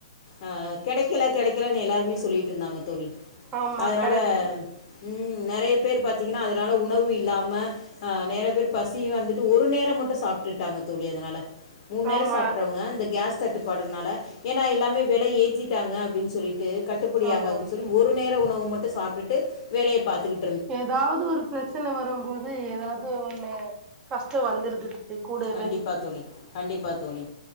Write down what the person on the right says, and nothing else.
ஆமா
கரெக்ட்
ஆமா
ஆமா
எதாவ்து ஒரு ப்ரெச்சன வரும்போது எதாவ்து ஒண்ணு கஷ்டோ வந்துருது கூடவே